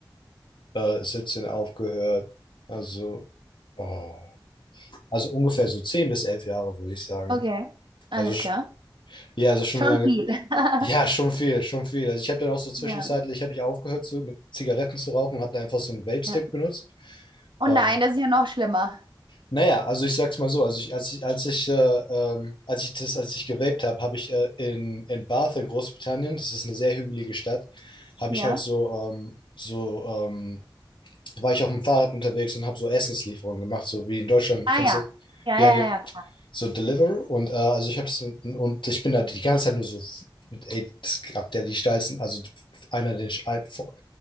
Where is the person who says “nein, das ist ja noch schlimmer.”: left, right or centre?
Right